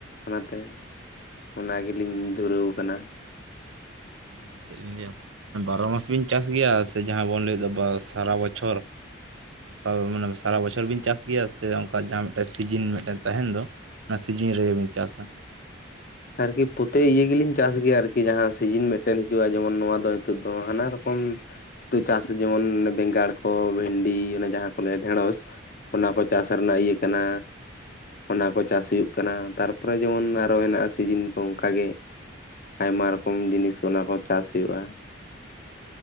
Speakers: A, on the left; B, on the right.
A: ᱚᱱᱟᱛᱮ ᱚᱱᱟ ᱜᱮᱞᱤᱧ ᱫᱷᱩᱨᱟᱹᱣ ᱠᱟᱱᱟ᱾
B: ᱢᱟᱱᱮ ᱪᱮᱜ ᱞᱤᱧ ᱞᱮᱹᱭᱟ ᱵᱟᱨᱚ ᱢᱟᱥ ᱵᱤᱱ ᱪᱟᱥ ᱜᱮᱭᱟ ᱥᱮ ᱡᱟᱦᱟᱸ ᱵᱚᱱ ᱞᱮᱹᱭᱫᱟ ᱵᱟᱥ ᱥᱟᱨᱟ ᱵᱚᱪᱷᱚᱨ? ᱟᱵᱚ ᱢᱟᱱᱮ ᱥᱟᱨᱟ ᱵᱚᱪᱷᱚᱨ ᱵᱤᱱ ᱪᱟᱥ ᱜᱮᱭᱟ ᱥᱮ ᱚᱝᱠᱟ ᱡᱟᱦᱟᱸ ᱢᱤᱜᱴᱮᱱ ᱥᱤᱡᱤᱱ ᱢᱤᱜᱴᱮᱱ ᱛᱟᱦᱮᱱ ᱫᱚ? ᱟ ᱥᱤᱡᱤᱱ ᱨᱮᱜᱮᱵᱤᱱ ᱪᱟᱥᱟ?
A: ᱟᱨᱠᱤ ᱯᱚᱛᱮ ᱤᱭᱟᱹ ᱜᱮᱞᱤᱧ ᱪᱟᱥ ᱜᱮᱭᱟ ᱟᱨᱠᱤ ᱡᱟᱦᱟᱸ ᱥᱤᱡᱤᱱ ᱢᱤᱜᱴᱮᱱ ᱦᱤᱡᱩᱜᱼᱟ ᱡᱮᱢᱚᱱ ᱱᱚᱣᱟ ᱫᱚ ᱱᱤᱛᱚᱜ ᱫᱚ ᱦᱟᱱᱟ ᱨᱚᱠᱚᱢᱼᱼ ᱛᱩ ᱪᱟᱥ ᱡᱮᱢᱚᱱ ᱵᱮᱸᱜᱟᱲ ᱠᱚ ᱵᱷᱮᱱᱰᱤ ᱚᱱᱮ ᱡᱟᱦᱟᱸ ᱠᱚ ᱞᱮᱹᱭᱟ ᱰᱷᱮᱸᱲᱚᱥ ᱚᱱᱟᱠᱚ ᱪᱟᱥ ᱨᱮᱱᱟᱜ ᱤᱭᱟᱹ ᱠᱟᱱᱟ ᱚᱱᱟᱠᱚ ᱪᱟᱥ ᱦᱩᱭᱩᱜ ᱠᱟᱱᱟ ᱛᱟᱨᱯᱚᱨᱮ ᱡᱮᱢᱚᱱ ᱟᱨᱦᱚ ᱦᱮᱱᱟᱜᱼᱟ ᱥᱤᱡᱤᱱ ᱠᱚ ᱚᱝᱠᱟ ᱜᱮ ᱾ ᱟᱭᱢᱟ ᱨᱚᱠᱚᱢ ᱡᱤᱱᱤᱥ ᱚᱱᱟ ᱠᱚ ᱪᱟᱥ ᱦᱩᱭᱩᱜᱼᱟ᱾